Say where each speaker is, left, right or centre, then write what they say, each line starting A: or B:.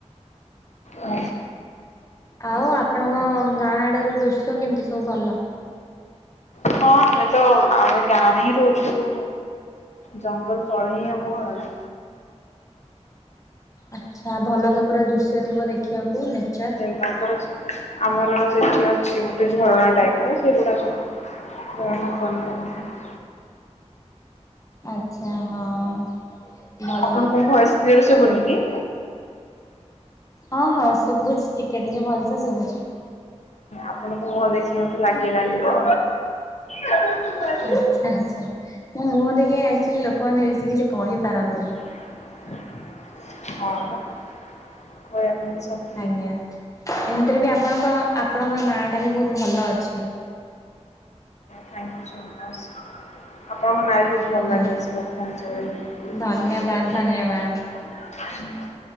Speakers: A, on the left; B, on the left.
A: ଆ।
B: ଆଉ ଆପଣଙ୍କ ଗାଁ ଆଡ ର ଦୃଶ୍ୟ କେମିତି ସବୁ ଭଲ?
A: ହଁ ଆମେ ତ ଆମେ ଗାଁରେ ହିଁ ରହୁଛୁ। ଜଙ୍ଗଲ ତଳେ ହିଁ ଆମ ଘରଟା।
B: ଆଚ୍ଛା ଭଲ ତ ପୁରା ଦୃଶ୍ୟ ଥିବ ଦେଖିବାକୁ ନେଚର୍।
A: ତାପରେ ଆମର ସେଠି ଅଛି ଗୋଟେ ଝରଣା ଟାଇପ୍ ର ସେଇଗୁଡା ସବୁ। <unintelligible>
B: ଆଚ୍ଛା ହଁ। ଭଲ।
A: ଆପଣଙ୍କ ଭଏସ କ୍ଳିଅର ସୁବୁନି କି?
B: ହଁ ହଁ ଶୁଭୁଛି ଟିକେ ଟିକେ ଭଲସେ ଶୁଭୁଛି।
A: ଆପଣଙ୍କୁ ମୁହଁ ଦେଖି ମତେ ଲାଗିଲାନି ତ। କହିବା ପାଇଁ
B: ଆଛା ଆଛା। ମୁହଁ ଦେଖି ଆଇଥିଲି ଲୋକମାନେ ବେଶି କିଛି କହିପାରନ୍ତିନି।
A: <inaudible> ହଁ ପା <unintelligible> ସବୁ
B: ଆଜ୍ଞା ଏମିତିରେ ବି ଆପଣଙ୍କ ଆପଣଙ୍କ ନା ଟା ବି ବହୁତ ଭଲ ଅଛି।
A: ଥାଇଙ୍କୟୁ ଶୋ ମଚ ଆପଣଙ୍କ ନାରେ ଯୋଉ ଭଲ
B: ହୁଁ
A: ଲାଗିଲା <unintelligible>
B: ଧନ୍ୟବାଦ ଧନ୍ୟବାଦ।